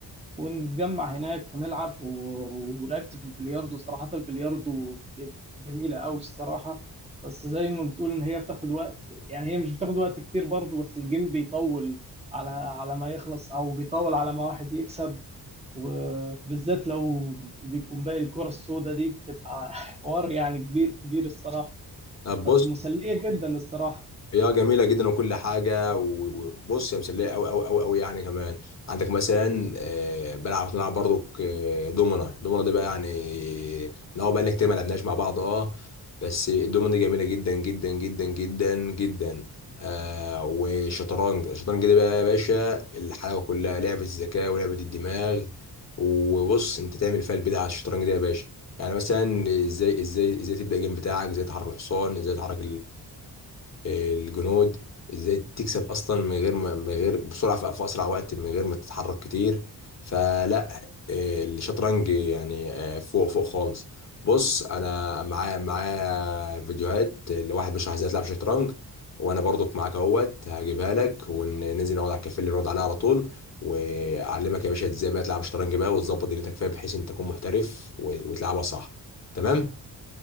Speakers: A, on the right; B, on the left.
A: ونتجمع هناك ونلعب و- ولعبت في البلياردو صراحة البلياردو جميلة أوي الصراحة بس زي ما بتقول إن هي بتاخد وقت يعني هي مش بتاخد وقت كتير برضه بس الجيم بيطول على على ما يخلص أو بيطول على ما واحد يكسب وبالذات لو بيكون باقي الكرة السوداء دي بتبقى <laughs> حوار يعني كبير كبير الصراحة
B: طب
A: بس
B: بص،
A: مسلية جدا الصراحة
B: هي آه جميلة جدا وكل حاجة و- وبص هي مسلية أوي أوي أوي أوي يعني كمان عندك مثلا آه، بلعب بنلعب برضو دومنا دومنا دي بقى يعني احنا هو بقى لنا كتير ما لعبناش مع بعض اه بس الدومنا دي جميلة جدا جدا جدا جدا جدا آه والشطرنج الشطرنج دي بقى يا باشا الحلاوة كلها لعبة الذكاء ولعبة الدماغ وبص انت تعمل فيها البدع على الشطرنج ده يا باشا يعني مثلا ازاي ازاي ازاي تبدأ الجيم بتاعك ازاي تحرك الحصان ازاي تحرك الجنود ازاي تكسب اصلا من غير ما من غير بسرعه في في اسرع وقت من غير ما تتحرك كتير فلا إيه، الشطرنج يعني آه، فوق فوق خالص بص انا معايا معايا فيديوهات لواحد بيشرح ازاي تلعب شطرنج وانا برضك معاك اهوت هجيبها لك وننزل نقعد على الكافيه اللي بنقعد عليه على طول واعلمك يا باشا ازاي بقى تلعب شطرنج بقى وتظبط دنيتك فيها بحيث انت تكون محترف وتلعبها صح تمام